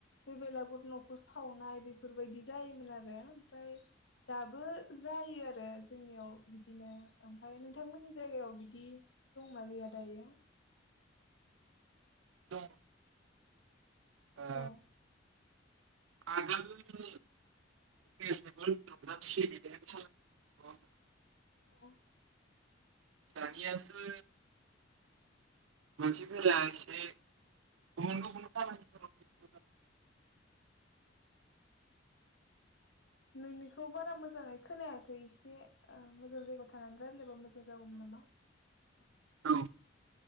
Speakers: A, on the left; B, on the right.
A: बे बेलागुर नखौ सावनाय बेफोरबायदि जायोमोन आरो ओमफ्राय दाबो जायो आरो जोंनियाव बिदिनो ओमफ्राय नोंथांमोननि जायगायाव बिदि दंना गैया दायो
B: दं ओ
A: औ
B: आगोलथ <unintelligible>
A: औ
B: दानियासो मानसिफोरा एसे गुबुन गुबुन खामानिफोराव बेस्त जानानै
A: औ नोंनिखौ बारा मोजाङै खोनाया इसे मोजां जायगायाव थानानै रायलायबा मोजां जागौमोन नामा औ
B: औ